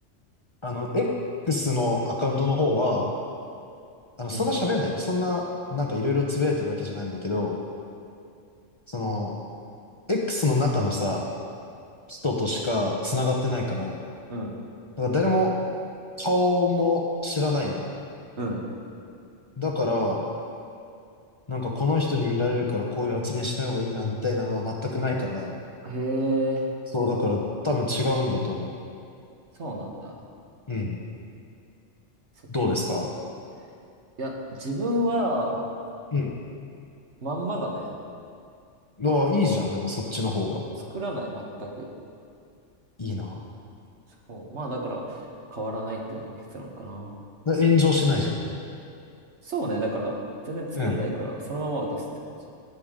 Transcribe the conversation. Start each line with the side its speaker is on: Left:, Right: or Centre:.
Left: あの、X のアカウントの方は、あの、そんな喋んないよ。
Right: うん。
Left: そんな、なんかいろいろつぶやいてるわけじゃないんだけど、その、X の中のさ、人としか繋がってないから、だか
Right: うん
Left: ら誰も顔も知らないのよ。
Right: う
Left: だから、なんかこの人に見られるからこういう発言しない方がいいな、みたいなのは全くないから、
Right: ん。へえ、
Left: そう、だから多分違うんだと思
Right: そうなんだ。
Left: う。うん。
Right: そっか。
Left: どうですか
Right: いや、自分は、
Left: うん。
Right: まんまだね。
Left: ああ、いいじゃん。でもそっちの方が
Right: 作らない、全く。
Left: いいな。
Right: そう。まあ、だから、変わらないっていうのが結論かな。
Left: な炎上しないじゃん。
Right: そうね。だから、全然作んないから、
Left: うん。
Right: そのまま渡すって感じ。